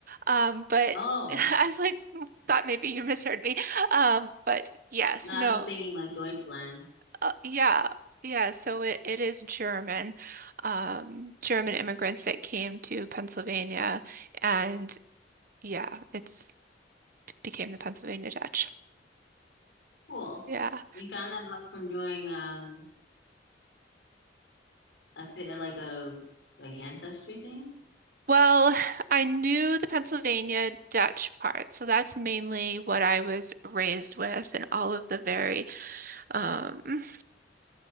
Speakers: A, on the right (about 50°); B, on the left (about 80°).
A: um, but
B: Oh,
A: <laughs> I was like, thought maybe you misheard me. Um, but yes,
B: no, I
A: no.
B: was thinking like Deutschland.
A: Uh, yeah, yeah. So it, it is German, um, German immigrants that came to Pennsylvania, and yeah, it's became the Pennsylvania Dutch.
B: Cool.
A: Yeah.
B: You found that out from doing um a th like a like ancestry thing?
A: Well, I knew the Pennsylvania Dutch part, so that's mainly what I was raised with, and all of the very um,